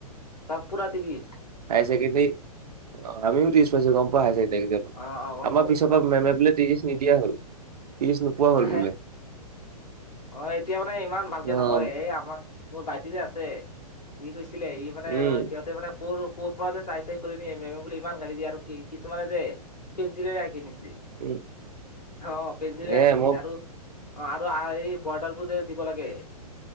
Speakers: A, on the left; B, on the right.
A: অঁ পোৰা ত্ৰিশ।
B: হায়াৰ ছেকেণ্ডেৰী অ আমিও ত্ৰিশ পাইছো গম পোৱা হায় ছেকেণ্ডেৰী এক্সামত,
A: অ', অ' গম
B: আমাৰ
A: পাওঁ গম
B: পিছৰ
A: পাওঁ
B: পৰা মেমে বুলে ত্ৰিশ নিদিয়া হ'ল। ত্ৰিশ নোপোৱা
A: <unintelligible>
B: হ'ল বোলে।
A: অ অ এতিয়া মানে ইমান ভালকে
B: অ',
A: নকৰে, এই আমাৰ মোৰ ভাইটিৰে আছে, সি কৈছিলে ই মানে
B: উম,
A: সিহঁতে মানে কৰ ক'ৰ পৰা যে চাই চাই কৰি নিয়ে, মেমে বুলি ইমান গালি দিয়ে আৰু কি কিছুমানে যে পেঞ্চিলেৰে আঁকি নিছে।
B: উম,
A: হ পেঞ্চিলেৰে
B: এয়াই
A: আক
B: মোক
A: অ আৰু এই বৰ্ডাৰ বোৰ যে দিব লাগে